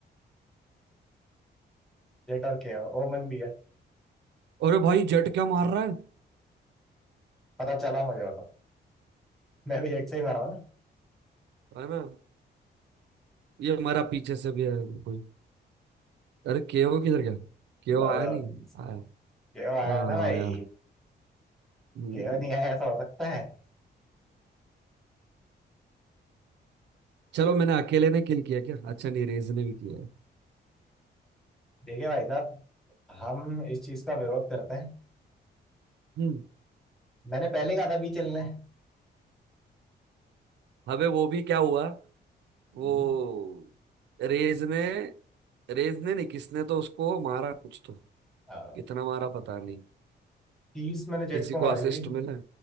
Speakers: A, in the centre; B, on the right (about 80°).
A: जेट और के ओमन भी है
B: अरे भाई जेट क्या मार रहा है
A: पता चला मुझे वो तो मैं भी जेट से ही मारा हूँ ना
B: अरे मैं ये हमारा पीछे से भी है कोई अरे केओ किधर गया
A: <laughs>
B: केओ
A: मजा
B: आया नहीं
A: आती है इसमें।
B: आया
A: केओ आया
B: हाँ
A: ना भाई
B: आया हम्म,
A: केओ नहीं आया ऐसा हो सकता है
B: चलो मैंने अकेले ने किल किया क्या अच्छा नहीं रेज ने भी किया है
A: देखिए भाई साहब हम इस चीज का विरोध करते हैं
B: हम्म
A: मैंने पहले कहा था बी चलना है
B: अबे वो भी क्या हुआ वो
A: हम्म,
B: रेज ने रेज ने नहीं किसने तो उसको मारा कुछ तो
A: हाँ।
B: कितना मारा पता नहीं
A: तीस मैंने जेट
B: किसी
A: को
B: को
A: मारी
B: असिस्ट
A: थी
B: मिला है